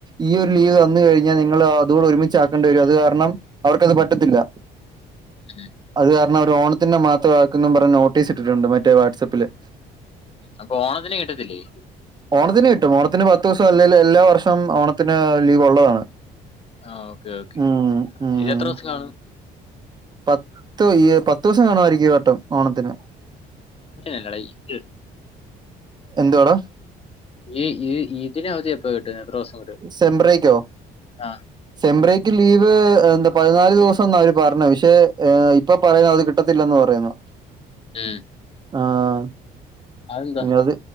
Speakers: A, on the right; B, on the left.
A: ഈ ഒരു ലീവ് തന്ന് കഴിഞ്ഞാൽ നിങ്ങൾ അതുകൂടെ ഒരുമിച്ചാക്കേണ്ടി വരും. അത് കാരണം അവർക്കത് പറ്റത്തില്ല. <inaudible>
B: ഉം
A: അത് കാരണം അവര് ഓണത്തിന്റെ മാത്രമാക്കും. പറഞ്ഞ് നോട്ടീസ് ഇട്ടിട്ടുണ്ട് മറ്റേ വാട്സപ്പില്.
B: അപ്പൊ ഓണത്തിന് കിട്ടത്തില്ലേ.
A: ഓണത്തിന് കിട്ടും ഓണത്തിന് പത്തു ദിവസം അല്ലെങ്കിൽ എല്ലാ വർഷം ഓണത്തിന് ലീവ് ഉള്ളതാണ്.
B: ആഹ് ഓക്കേ ഓക്കേ
A: ഉം ഉം
B: എത്ര ദിവസം കാണും.
A: പത്ത് ഈ പത്തു ദിവസം കാണുമായിരിക്കും ഈ വട്ടം ഓണത്തിന്.
B: അല്ലടാ ഇത്
A: എന്തുവാടാ
B: ഈ ഇതിന് അവധി എപ്പൊ കിട്ടും എത്ര ദിവസം. കിട്ടും
A: സേം ബ്രേക്ക്‌ കോ
B: ആ
A: സേം ബ്രേക്ക്‌ ലീവ് എന്താ പതിനാല് ദിവസം എന്നാ അവര് പറഞ്ഞ്. പക്ഷെ ഇപ്പൊ പറയുന്നു അത് കിട്ടത്തില്ലന്ന് പറയുന്നു
B: ഉം
A: ആഹ്
B: അതെന്താ
A: അത്